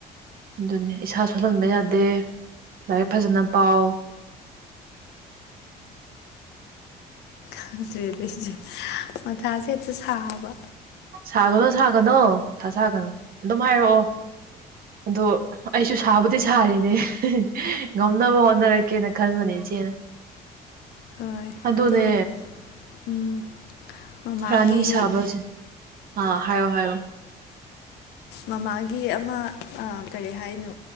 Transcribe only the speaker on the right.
ꯑꯗꯨꯅꯦ ꯏꯁꯥ ꯁꯣꯜꯍꯟꯕ ꯌꯥꯗꯦ ꯂꯥꯏꯔꯤꯛ ꯐꯖꯅ ꯄꯥꯎ
ꯁꯥꯒꯅꯣ ꯁꯥꯒꯅꯣ ꯃꯊꯥ ꯁꯥꯒꯅꯨ ꯑꯗꯨꯝ ꯍꯥꯏꯔꯛꯑꯣ ꯑꯗꯣ ꯑꯩꯁꯨ ꯁꯥꯕꯨꯗꯤ ꯁꯥꯔꯤꯅꯦ ꯉꯝꯅꯕ ꯍꯣꯠꯅꯔꯛꯀꯦꯅ ꯈꯟꯕꯅꯦ ꯏꯆꯦꯅ
ꯑꯗꯨꯅꯦ
ꯔꯥꯅꯤ ꯁꯥꯕꯁꯦ ꯑꯥ ꯍꯥꯏꯌꯣ ꯍꯥꯏꯌꯣ